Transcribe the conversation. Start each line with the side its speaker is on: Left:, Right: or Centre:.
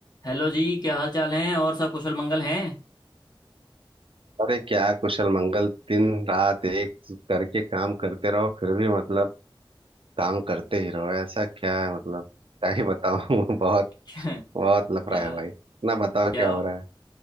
Left: Hello जी क्या हाल चाल हैं और सब कुशल मंगल हैं <laughs>
Right: अरे क्या कुशल मंगल दिन रात एक करके काम करते रहो फिर भी मतलब काम करते ही रहो ऐसा क्या है मतलब क्या ही बताऊं <laughs> बहुत
Left: क्या
Right: बहुत लफड़ा
Left: क्या
Right: है भाई इतना बताओ
Left: क्या
Right: क्या हो रहा है